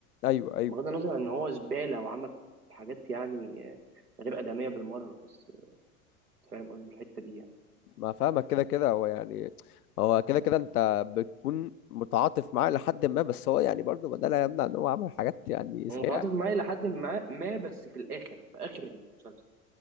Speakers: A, on the left; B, on the right.
A: ايوه ايوه
B: بغض النظر عن ان هو زباله وعمل حاجات يعني آه، غير ادميه بالمره بس آه، فاهم قصدي الحته دي يعني
A: ما فاهمك كده كده هو يعني هو كده كده انت بتكون متعاطف معاه لحد ما بس هو يعني برضه ده لا يمنع ان هو عمل حاجات يعني سيئه
B: متعاطف معاه لحد ما ما بس في الاخر في اخر المسلسل